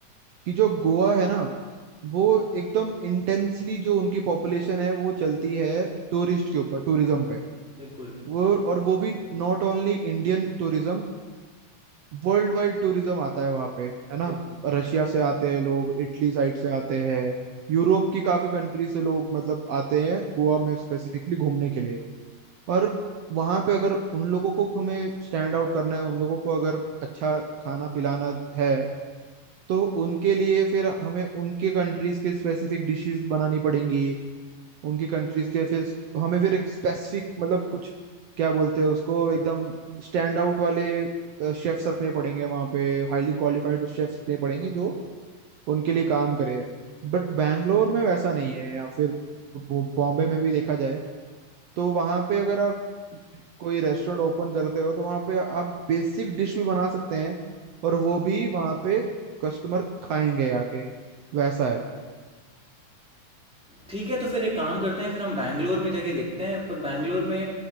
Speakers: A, on the right (about 70°); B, in the centre.
A: कि जो गोवा है ना वो एकदम इंटेंसली जो उनकी पॉपुलेशन है वो चलती है टूरिस्ट के ऊपर टूरिज्म पे
B: बिल्कुल
A: वो और वो भी not only Indian tourism worldwide tourism आता है वहां पे है ना
B: बिल्कुल
A: रशिया
B: बिल्कुल
A: से आते हैं लोग इटली साइड से आते हैं यूरोप की काफी कंट्री से लोग मतलब आते हैं गोवा में स्पेसिफिकली घूमने के लिए पर वहां पे अगर उन लोगों को हमें स्टैंड आउट करना है उन लोगों को अगर अच्छा खाना पिलाना है तो उनके लिए फिर हमें उनके कंट्रीज के स्पेसिफिक डिशेस बनानी पड़ेंगी उनकी कंट्रीज के फिर हमें फिर एक स्पेसिफिक मतलब कुछ क्या बोलते हैं उसको एकदम स्टैंड आउट वाले शेफ्स रखने पड़ेंगे वहाँ पे हाईली क्वालिफाइड शेफ्स रखने पड़ेंगे जो उनके लिए काम करे बट बैंगलोर में वैसा नहीं है या फिर बॉम्बे में भी देखा जाए तो वहां पे अगर आप कोई रेस्टोरेंट ओपन करते हो तो वहां पे आप बेसिक डिश भी बना सकते हैं और वो भी वहां पे कस्टमर खाएंगे आके वैसा है
B: ठीक है तो फिर एक काम करते हैं फिर हम बैंगलोर में जगह देखते हैं पर बैंगलोर में